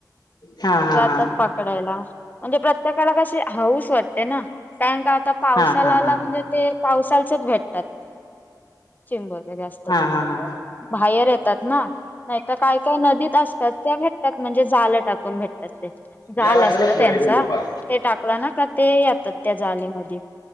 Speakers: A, on the left; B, on the left.
A: हा हा
B: जातात पकडायला म्हणजे प्रत्येकाला कशी. हाऊसं वाटते ना. कारण का आता पावसाला
A: हा हा हा
B: आला
A: हा
B: म्हणजे ते पावसालचच भेटतात. चिंब वैगेरे असत
A: हा
B: तर.
A: हा हा
B: बाहेर येतात ना. तर काय काय नदीत असतात. त्या भेटतात म्हणजे जालं टाकत. भेटतात ते झाल
A: जेवायचं
B: असत. त्यांचा
A: हा
B: ते टाकलं ना का. ते येतात त्या जाले मध्ये.